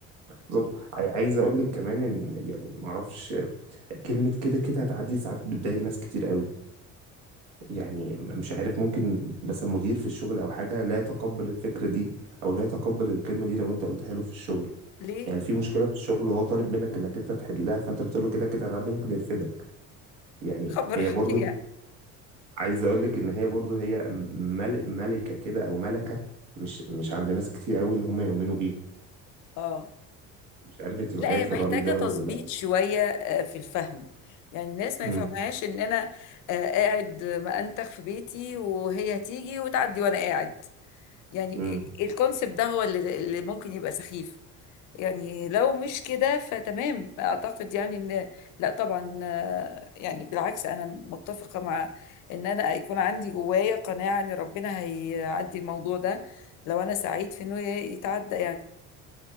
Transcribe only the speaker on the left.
ليه
خبر
ليه يعني
اه
لا هي
محتاجه
تظبيط
شويه آه، في الفهم يعني الناس ما
يفهمهاش ان انا آه، قاعد مأنتخ في بيتي وهي هتيجي وتعدي وانا قاعد يعني
الكونسبت ده هو اللي, اللي ممكن يبقى سخيف يعني لو مش كده فتمام اعتقد يعني ان لا طبعا آه، يعني بالعكس انا متفقة مع ان انا يكون عندي جوايا قناعة ان ربنا هيعدي الموضوع ده لو انا سعيد في انه يتعدى يعني